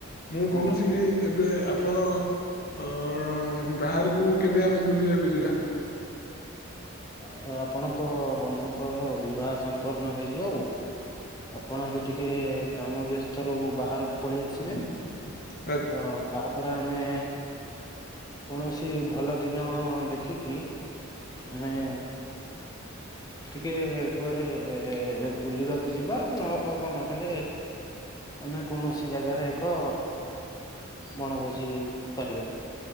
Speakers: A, on the left; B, on the left.
A: ମୁଁ କହୁଛି
B: ଆଜ୍ଞା
A: କି ଏବେ ଆପଣ ଅ ବାହାରକୁ କେବେ ଆମେ ବୁଲିବାକୁ ଯିବା?
B: ତ ଆପଣଙ୍କ ବନ୍ଧୁଙ୍କର ବିବାହ ସମ୍ପନ୍ନ ହେଇଯାଉ ଆପଣ ବି ଟିକେ କାମ ବ୍ୟସ୍ତ ରୁ ବାହାରକୁ ପଳେଇ ଆସିବେ।
A: <inaudible>
B: ତ ତାପରେ ଆମେ କୌଣସି ଭଲ ଦିନ ଦେଖିକି ଆମେ ଟିକେ କୁଆଡେ ବୁଲିବାକୁ ଯିବା ନ ନହେଲେ ଆମେ କୌଣସି ଜାଗାରେ ଏକ ବଣଭୋଜି କରିବା।